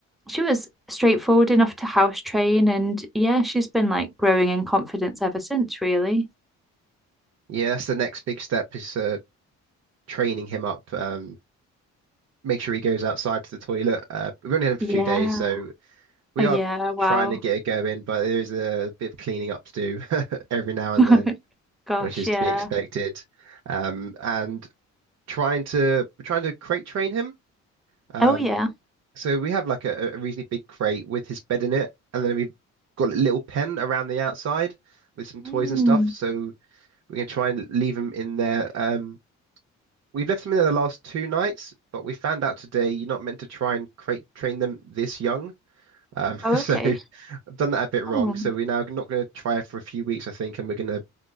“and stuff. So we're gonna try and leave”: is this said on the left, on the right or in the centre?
Right